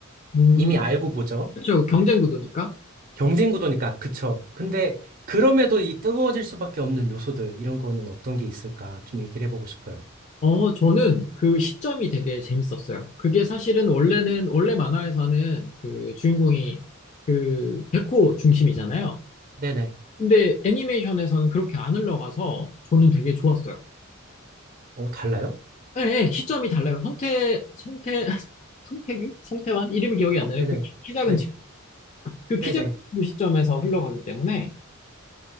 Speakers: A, on the left; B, on the right.
A: 음,
B: 이미 알고 보죠.
A: 그렇죠. 경쟁 구도니까.
B: 경쟁 구도니까 그쵸. 근데 그럼에도 이 뜨거워질 수밖에 없는 요소들 이런 거는 어떤 게 있을까 좀 얘기를 해보고 싶어요.
A: 어, 저는 그 시점이 되게 재밌었어요. 그게 사실은 원래는, 원래 만화에서는 그 주인공이 그 백호 중심이잖아요.
B: 네네.
A: 근데 애니메이션에서는 그렇게 안 흘러가서 저는 되게 좋았어요.
B: 어 달라요?
A: 예, 예, 시점이 달라요. 송태 송태송태규 송태환 <laughs> 이름이 기억이 안 나네요.
B: 네네.
A: 그 키- 키 작은
B: 네.
A: 친구. 그키
B: 네네.
A: 작은 친구 시점에서 흘러가기 때문에